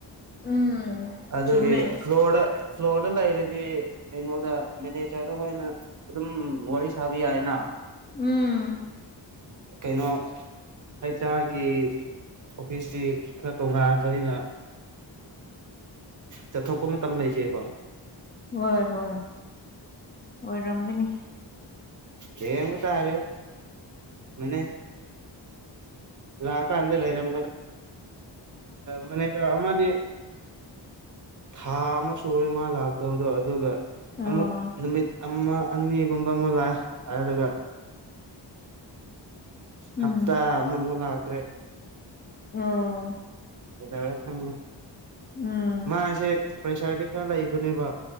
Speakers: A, on the left (about 25°); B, on the right (about 40°).
A: ꯎꯝ
B: ꯑꯗꯨꯒꯤ
A: ꯆꯨꯝꯃꯦ
B: ꯐ꯭ꯂꯣꯔꯗ ꯁ꯭ꯂꯣ ꯂꯩꯔꯗꯤ ꯀꯩꯅꯣꯗ ꯃꯅꯦ ꯗ ꯈꯣꯏꯅ ꯑꯗꯨꯝ ꯋꯥꯔꯤ ꯁꯥꯕ ꯌꯥꯏꯅ
A: ꯎꯝ
B: ꯀꯩꯅꯣ ꯑꯩꯆꯥꯥꯒꯤ ꯑꯣꯐꯤꯁꯁꯤ ꯈꯔ ꯇꯣꯉꯥꯟꯕꯅꯤꯅ ꯆꯊꯣꯛꯄ ꯃꯇꯝ ꯂꯩꯁꯤꯕ
A: ꯍꯣꯏ ꯍꯣꯏ ꯑꯣꯏꯔꯝꯒꯅꯤ
B: ꯌꯦꯉ ꯇꯥꯔ ꯃ ꯂꯥꯛꯑꯀ ꯑꯗ ꯂꯩꯔ ꯑ ꯃꯅꯤ ꯑꯃꯗꯤ ꯊꯥ ꯑꯃ ꯁꯨꯔꯦ ꯃꯥ ꯂꯥꯛꯇꯕꯗꯣ ꯑꯗꯨꯒ
A: ꯑꯥ
B: ꯑꯃꯨꯛ ꯅꯨꯃꯤꯠ ꯑꯃ ꯑꯅꯤꯒꯨꯝꯕ ꯑꯃꯨꯛ ꯂꯥꯛ ꯍꯥꯏꯔꯒ
A: ꯎꯝ
B: ꯍꯞꯇꯥ ꯃꯃꯨꯂ ꯍꯥꯏꯗ꯭ꯔꯦ
A: ꯑꯣꯝ
B: ꯀꯗ ꯈꯪꯉ
A: ꯎꯝ
B: ꯃꯥꯁꯦ ꯄ꯭ꯔꯦꯁꯥꯔꯗꯤ ꯈꯔ ꯂꯩꯕꯅꯦꯕ